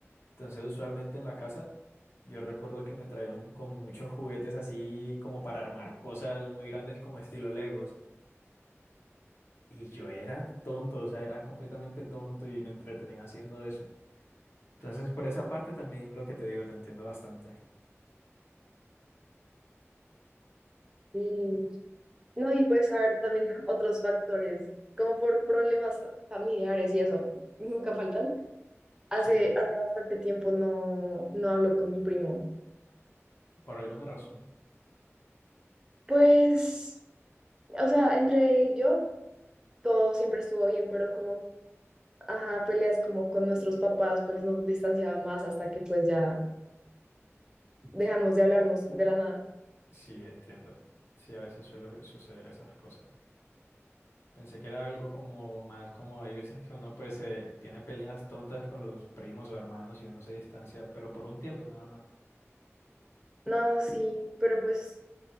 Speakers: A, on the left; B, on the right.
A: Entonces usualmente en la casa yo recuerdo que me traían como muchos juguetes así como para armar cosas muy grandes como estilo Legos. Y yo era tonto, o sea, era completamente tonto y me entretenía haciendo eso. Entonces por esa parte también lo que te digo te entiendo bastante.
B: <laughs> Sí. No, y puedes saber también <laughs> otros factores, como por problemas familiares y eso, nunca faltan. Hace,
A: Sí,
B: hace bastante tiempo no, no hablo con mi primo.
A: por alguna razón.
B: Pues, o sea, entre él y yo todo siempre estuvo bien, pero como, ajá, peleas como con nuestros papás, pues nos distanciaban más hasta que pues ya dejamos de hablarnos de la nada.
A: Sí, entiendo. Sí, a veces suele suceder esas cosas. Pensé que era algo como más como hay veces que uno pues eh, tiene peleas tontas con los primos o hermanos y uno se distancia, pero por un tiempo nada más.
B: No, sí, pero pues,